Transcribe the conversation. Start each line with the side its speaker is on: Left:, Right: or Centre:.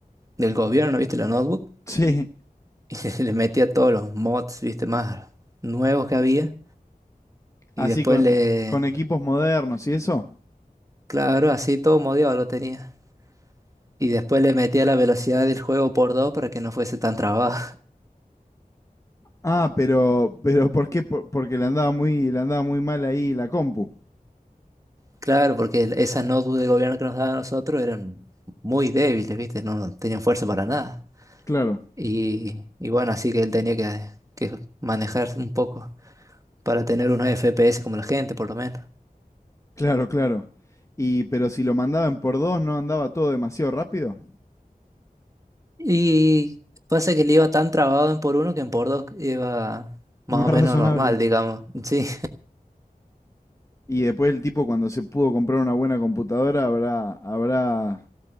Right: del gobierno, viste, la notebook.
Left: Sí,
Right: Y <laughs> le metía todos los mods, viste, más nuevos que había. Y
Left: así
Right: después
Left: con,
Right: le...
Left: con equipos modernos y eso.
Right: Claro, así todo modiado lo tenía. Y después le metía la velocidad del juego por dos para que no fuese tan trabado.
Left: Ah, pero, pero ¿por qué? Por- porque le andaba muy, le andaba muy mal ahí la compu.
Right: Claro, porque esas notebooks de gobierno que nos daban a nosotros eran muy débiles, ¿viste? No tenían fuerza para nada.
Left: Claro,
Right: Y, y bueno, así que él tenía que, que manejar un poco para tener unos FPS como la gente, por lo menos.
Left: claro, claro. Y, pero si lo mandaban por dos, ¿no andaba todo demasiado rápido?
Right: Y pasa que le iba tan trabado en por uno que en por dos iba más
Left: Más
Right: o menos
Left: razonable.
Right: normal, digamos. Sí,
Left: Y después el tipo cuando se pudo comprar una buena computadora habrá, habrá